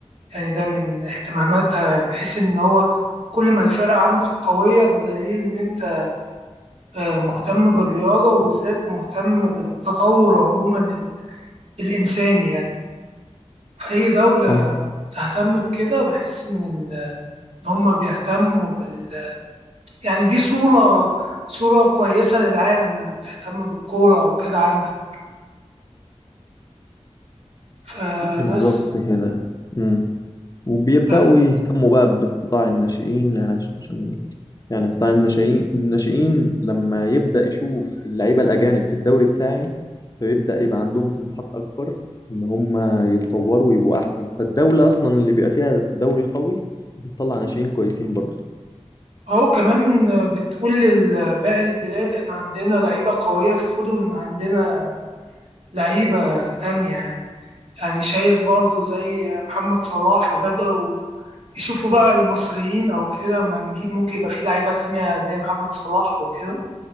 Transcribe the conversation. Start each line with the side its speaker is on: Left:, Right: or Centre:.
Right: يعني ده من اهتماماتها بحيث إن هو كل ما الفرقة عندك قوية ده دليل إن أنت آه، مهتم بالرياضة وبالذات مهتم بالتطور عموما ال- الإنساني يعني فأي دولة
Left: صح
Right: تهتم بكده بحس إن ال- إن هما بيهتموا بال يعني دي صورة صورة كويسة للعالم لما بتهتم بالكورة وكده عندك فبس
Left: بالظبط كده مم. وبيبدأوا
Right: ف-
Left: يهتموا بقى بقطاع الناشئين يعني عش- عشان يعني قطاع الناشئين الناشئين لما يبدأ يشوف اللعيبة الأجانب في الدوري بتاعي فبيبدأ يبقى عندهم طموحات أكبر إن هم يتطوروا ويبقوا أحسن فالدولة أصلا اللي بيبقى فيها دوري قوي بتطلع ناشئين كويسين برضه
Right: أهو كمان بتقول لباقي البلاد إحنا عندنا لعيبة قوية فخدوا من عندنا لعيبة تانية يعني يعني شايف برضو زي محمد صلاح فبدأوا يشوفوا بقى المصريين أو كده ما نجيب ممكن يبقى في لعيبة تانية زي محمد صلاح وكده